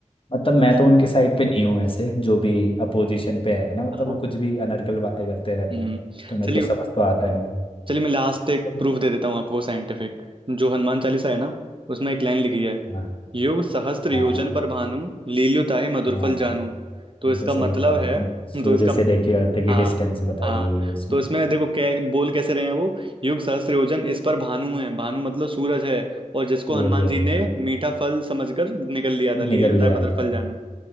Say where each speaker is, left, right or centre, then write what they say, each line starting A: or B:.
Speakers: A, on the left (about 45°); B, on the right (about 40°).
A: मतलब मैं
B: बताओ
A: तो उनके साइड पे नहीं हूँ ऐसे जो भी अपोजिशन पे है ना मतलब
B: हाँ
A: वो कुछ भी अनर्गल बातें करते रहते
B: हम्म
A: हैं तो मेरे
B: चलिए
A: को समझ तो आता नहीं है।
B: चलिए मैं लास्ट एक
A: चलो।
B: प्रूफ दे देता हूँ आपको साइंटिफिक जो हनुमान चालीसा है ना उसमें एक लाइन लिखी है
A: हाँ
B: युग सहस्त्र
A: हाँ
B: योजन पर भानु लील्यो ताहि मधुर
A: हाँ
B: फल जानू तो
A: ये
B: इसका
A: तो सही
B: मतलब
A: कहा आपने
B: है
A: सूर्य
B: तो इसका
A: से लेके अर्थ की
B: हाँ
A: डिस्टेंस बताई
B: हाँ
A: गई है उसमें
B: तो इसमें देखो क्या बोल कैसे रहे हैं वो युग सहस्त्र योजन इस पर भानु है भानु मतलब सूरज है और जिसको
A: सूर्य
B: हनुमान
A: हो
B: जी
A: गया
B: ने मीठा फल समझकर निकल लिया था ले
A: निगल
B: लिया
A: लिया
B: मधुर
A: था
B: फल जानू